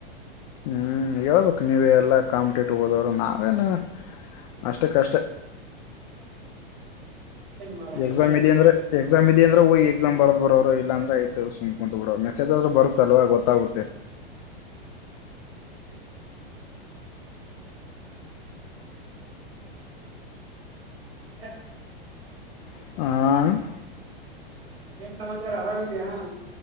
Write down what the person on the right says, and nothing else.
ಮಾರ ನೀನೇ
ಹೇಳ್ಬೇಕಲ್ಲ
<inaudible> ಮತ್ತ
ಮತ್ತೇನ್ ಸಮಚಾರ ಆರಾಮಿದೆಯಾ